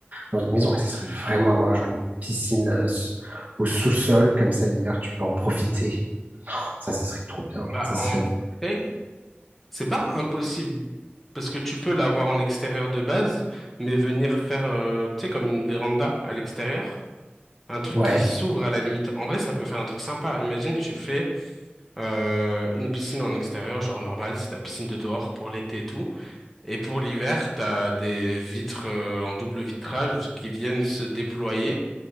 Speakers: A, on the right; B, in the centre.
A: dans une maison, ouais, ça serait vraiment avoir genre une piscine euh, s- au sous-sol, comme ça l'hiver, tu peux en profiter. Ça, ça serait trop bien.
B: Bah,
A: Ça
B: en
A: serait.
B: vrai, c'est pas impossible parce que tu peux l'avoir en extérieur de base, mais venir faire euh, tu sais comme une véranda à l'extérieur. Un truc
A: Ouais,
B: qui s'ouvre à la limite. En vrai, ça peut faire un truc sympa. Imagine, tu fais euh, une piscine en extérieur, genre normal, c'est ta piscine de dehors pour l'été et tout. Et pour l'hiver, t'as des vitres euh, en double vitrage qui viennent se déployer